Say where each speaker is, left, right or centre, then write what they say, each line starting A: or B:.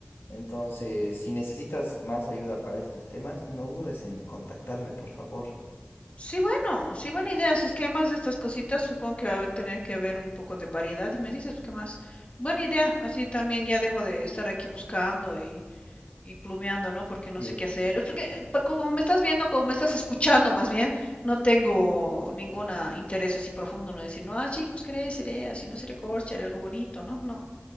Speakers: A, on the left; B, on the left.
A: Entonces, si necesitas más ayuda para estos temas, no dudes en contactarme, por favor.
B: Sí, bueno, sí, buena idea. Si es que hay más de estas cositas, supongo que va a haber- tener que haber un poco de variedad y me dices qué más. Buena idea, así también ya dejo de estar aquí buscando y y plumeando, ¿no? Porque no
A: Sí.
B: sé qué hacer. Es porque pa- como me estás viendo, como me estás escuchando más bien, no tengo ningún interés así profundo, ¿no? Decir, no, ah, sí, buscaré, seré así, no seré corcha, haré algo bonito, ¿no? No.